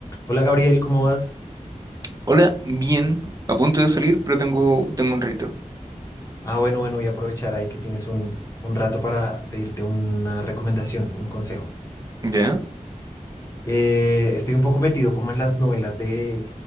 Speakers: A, on the left; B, on the right.
A: Hola Gabriel, ¿cómo vas?
B: Hola, bien, a punto de salir, pero tengo, tengo un rito.
A: Ah, bueno, bueno, voy a aprovechar ahí que tienes un, un rato para pedirte una recomendación, un consejo.
B: ¿Ya?
A: Eh, estoy un poco metido como en las novelas de